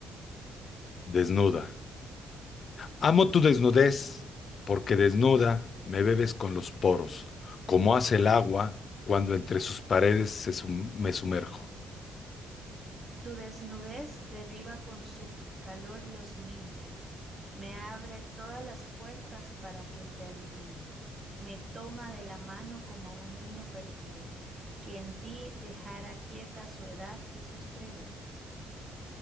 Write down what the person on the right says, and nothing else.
Tu desnudez derriba con su calor los límites, me abre todas las puertas para que te adivine, me toma de la mano como a un niño perdido, que en ti dejara quieta su edad y sus preguntas.